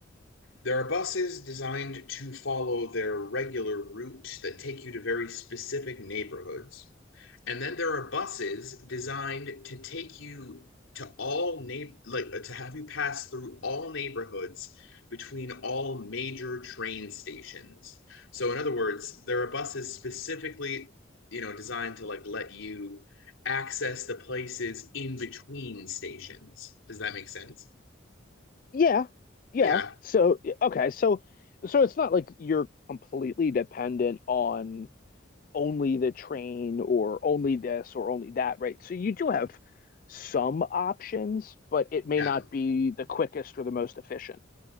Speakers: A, on the left (about 85°); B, on the left (about 45°).
A: There are buses designed to follow their regular route that take you to very specific neighborhoods. And then there are buses designed to take you to all na- like uh, to have you pass through all neighborhoods between all major train stations. So in other words, there are buses specifically, you know, designed to like let you access the places in between stations. Does that make sense?
B: Yeah. Yeah.
A: Yeah.
B: So, okay. So, so it's not like you're completely dependent on only the train or only this or only that, right? So you do have some options, but it may
A: Yeah.
B: not be the quickest or the most efficient.